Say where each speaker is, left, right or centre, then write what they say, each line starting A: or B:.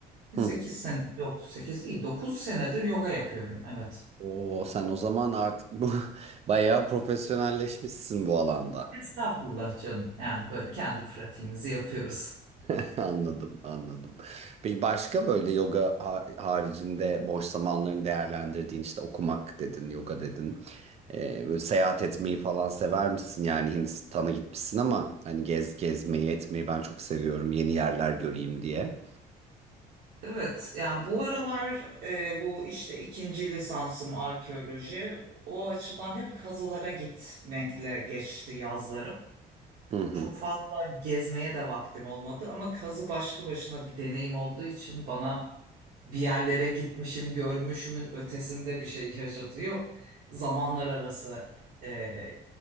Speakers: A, on the right (about 75°); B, on the right (about 40°).
A: E,
B: Hı.
A: sekiz sene yok 8 değil 9 senedir yoga yapıyorum. Evet.
B: Oo, sen o zaman artık bu <laughs> bayağı profesyonelleşmişsin bu alanda.
A: Estağfurullah canım. Yani böyle kendi pratiğimizi yapıyoruz.
B: <laughs> Anladım, anladım. Peki başka böyle yoga ha- haricinde boş zamanlarını değerlendirdiğin işte okumak dedin, yoga dedin. Ee, böyle seyahat etmeyi falan sever misin? Yani Hindistan'a gitmişsin ama hani gez gezmeyi etmeyi ben çok seviyorum yeni yerler göreyim diye.
A: Evet yani bu aralar e, bu işte ikinci lisansım arkeoloji. O açıdan hep kazılara gitmekle geçti yazlarım.
B: Hı hı,
A: Çok fazla gezmeye de vaktim olmadı ama kazı başlı başına bir deneyim olduğu için bana bir yerlere gitmişim, görmüşümün ötesinde bir şey yaşatıyor. Zamanlar arası e,